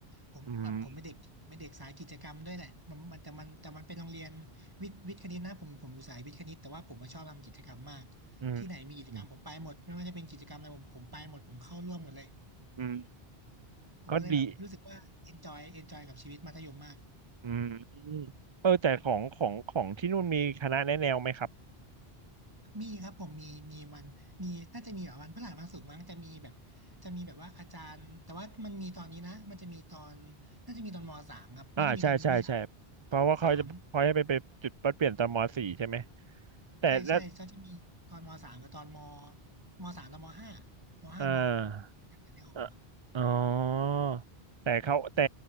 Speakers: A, on the right; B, on the right.
A: ผมแบบผมไม่เด็กไม่เด็กสายกิจกรรมด้วยแหละมันมันแต่มันแต่มันเป็นโรงเรียน
B: อืม
A: วิทย์วิทย์คณิตนะผมผมอยู่สายวิทย์คณิตแต่ว่าผมมาชอบทำกิจกรรมมาก
B: อืม
A: ที่ไหนมีกิจกรรมผมไปหมดไม่ว่าจะเป็นกิจกรรมอะไรผมผมไปหมดผมเข้าร่วมหมดเลย
B: อืมอืม
A: ผมก็เลยแบบรู้สึกว่า
B: ก็ดี
A: enjoy enjoy กับชีวิตมัธยมมาก
B: อืมเออแต่ของของของที่นู่นมีคณะแนะแนวไหมครับ
A: มีครับผมมีมีวันมีน่าจะมีแบบวันพฤหัสวันศุกร์มั้งจะมีแบบจะมีแบบว่าอาจารย์แต่ว่ามันมีตอนนี้นะมันจะมีตอนน่าจะมีตอนมสามครับน่าจะมีตอนวิชา
B: อ่าใช่ใช่ใช่เพราะว่าเขาจะเขาจะไปไปจุดปัดเปลี่ยนตอนมสี่ใช่ไหม
A: ตอนมสาม
B: แต่แล้ว
A: ใช่ใช่เขาจะมีตอนมสามกับตอนมมสามตอนมห้ามห้ามหก
B: อ่า
A: แนวของผมอ่ะ
B: อ่ะอ๋อแต่เขาแต่